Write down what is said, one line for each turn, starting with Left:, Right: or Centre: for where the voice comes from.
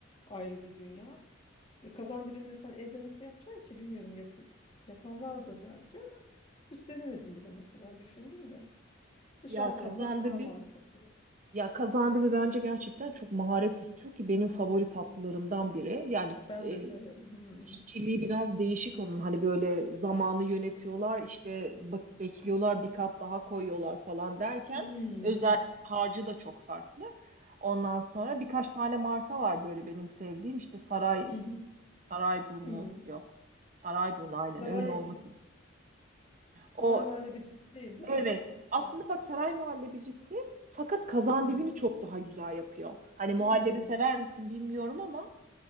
Left: ayrı bir dünya. Ve kazan dibini mesela evde nasıl yapacaksın ki? Bilmiyorum. Yapıl yapan vardır belki ama hiç denemedim bile mesela düşündüm de. Dışarıdan
Right: ya kazandı
Left: almak daha
Right: bir
Left: mantıklı.
Right: ya kazandı bir bence gerçekten çok maharet istiyor ki benim favori tatlılarımdan biri. Yani
Left: Ben
Right: e,
Left: de severim. Hmm.
Right: İşçiliği biraz değişik onun. Hani böyle zamanı yönetiyorlar, işte bak bekliyorlar, bir kat daha koyuyorlar falan derken
Left: Hmm.
Right: özel harcı da çok farklı. Ondan sonra birkaç tane marka var böyle benim sevdiğim. işte Saray
Left: Hı hı.
Right: Sarayburnu
Left: Hmm.
Right: yok. Sarayburnu aynen
Left: Saray
Right: öyle olmasın.
Left: saray
Right: O
Left: muhallebecisi değil, değil
Right: evet.
Left: mi? Saray.
Right: Aslında bak saray muhallebicisi fakat kazandivini
Left: Hmm.
Right: çok daha güzel yapıyor. Hani muhallebi
Left: Hmm.
Right: sever misin bilmiyorum ama